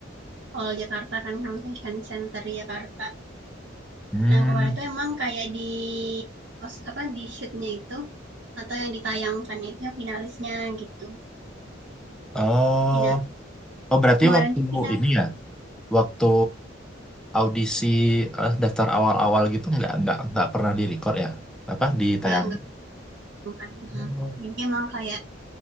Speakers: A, on the right; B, in the centre.
A: Hall Jakarta kan Convention Center Jakarta.
B: hmm
A: Nah kemarin tuh emang kayak di os- apa di shootnya itu atau yang ditayangkan itu yang finalisnya gitu.
B: oh
A: final
B: oh
A: Jadi
B: berarti
A: kemarin
B: waktu
A: tuh final
B: ini ya waktu audisi eh, daftar awal-awal gitu nggak nggak nggak pernah direcord ya apa ditayang
A: nggak nggak ditayangkan. Hmm.
B: oh
A: Jadi emang kayak